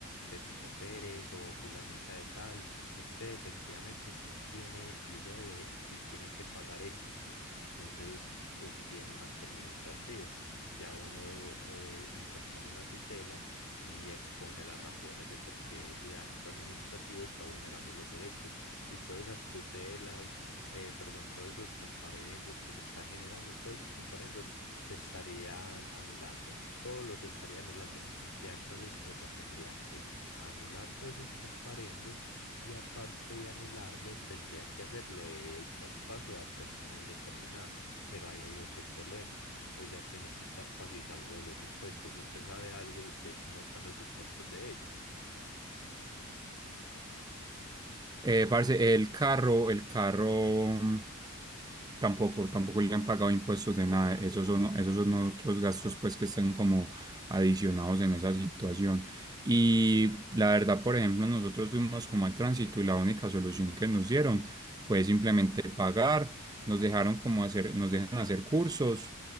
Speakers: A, on the left (about 85°); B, on the right (about 20°).
A: Pepita Pérez o fulanita de tal, usted efectivamente sí tiene y debe y tiene que pagar eso. Entonces es bien un acto administrativo. Ya uno eh, interpone una tutela y expone las razones de por qué ese acto administrativo está vulnerando los derechos y todas esas tutelas. eh, perdón, todos esos comparendos que se está generando, todos esos comparendos se estarían anulando, todos los estaría anulando. Ya entonces ella tendría que anular todos esos comparendos y aparte de anularlos tendría que hacerlo eh, el traspaso a persona indeterminada, pero ahí hay otro problema. Ella tiene que estar paz y salvo de los impuestos. ¿Usted sabe algo de cómo están los impuestos de ella?
B: Eh, parce, el carro, el carro mm, tampoco, tampoco le han pagado impuestos de nada. Esos son, esos son otros gastos pues que están como adicionados en esa situación. Y la verdad, por ejemplo, nosotros fuimos como al tránsito y la única solución que nos dieron fue simplemente pagar. Nos dejaron como hacer, nos dejan hacer cursos